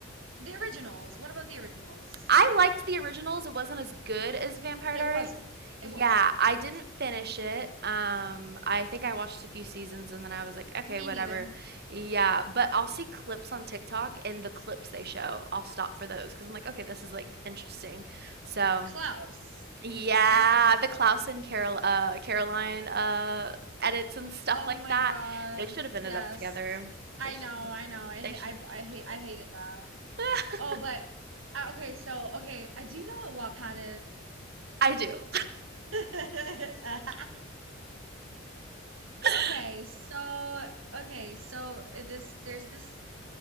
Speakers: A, on the right; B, on the right.
A: The originals. What about the originals?
B: I liked the originals. It wasn't as good as Vampire
A: It
B: Diaries.
A: wasn't.
B: Yeah,
A: It wasn't.
B: I
A: It
B: didn't
A: wasn't.
B: finish it. Um, I think I watched a few seasons and then I was like, okay,
A: Me
B: whatever.
A: neither.
B: Yeah, but I'll see clips on TikTok and the clips they show, I'll stop for those because I'm like, okay, this is like interesting. So
A: Klaus.
B: Yeah,
A: You have to love
B: the
A: Klaus.
B: Klaus and Carol uh Caroline uh edits and stuff
A: Oh
B: like
A: my
B: that.
A: God.
B: They should have ended
A: Yes.
B: up together.
A: I
B: They should
A: know.
B: have
A: I know. I
B: they
A: ha-
B: should
A: I
B: have ended up
A: I hate.
B: together.
A: I hated that.
B: <laughs>
A: Oh, but uh, okay. So okay. Uh, do you know what Wattpad
B: I do.
A: is? <laughs>
B: <laughs>
A: Okay, so okay, so uh, this there's this